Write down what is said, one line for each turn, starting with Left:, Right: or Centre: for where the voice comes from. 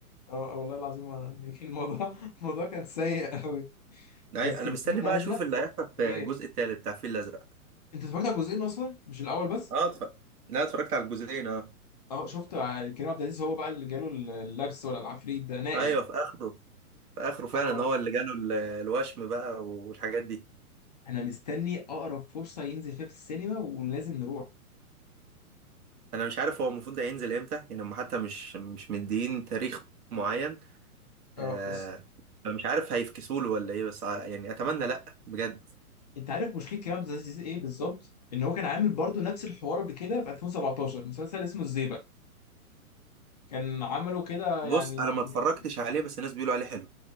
Left: اه آه، والله العظيم وانا <laughs> يعني الموضوع الموضوع كان سيء قوي
Right: ايوه
Left: بس
Right: انا
Left: الفيل
Right: مستني بقى
Left: الازرق
Right: اشوف اللي هيحصل في
Left: غير
Right: الجزء التالت بتاع الفيل الازرق
Left: انت اتفرجت على جزئين اصلا مش الاول بس
Right: اه اتفرج لا اتفرجت على الجزئين اه
Left: اه شفت ع- كريم عبد العزيز هو بقى اللي جاله اللبس ولا العفريت ده نائل
Right: ايوه في اخره في اخره فعلا
Left: اه
Right: هو اللي جاله ال- الوشم بقى والحاجات دي
Left: انا مستني اقرب فرصه ينزل فيها في السينما ولازم نروح
Right: انا مش عارف هو المفروض ده ينزل امتى يعني هم حتى مش مش مدين تاريخ معين
Left: اه
Right: آه
Left: بس
Right: فمش عارف هيفكسوا له ولا ايه بس ع- يعني اتمنى لا بجد
Left: انت عارف مشكله كريم عبد العزيز ايه بالظبط ان هو كان عامل برضو نفس الحوار قبل كده في 2017 مسلسل اسمه الزيبق كان عمله كده
Right: بص
Left: يعني
Right: انا
Left: كان
Right: ما اتفرجتش
Left: جميل
Right: عليه بس الناس بيقولوا عليه حلو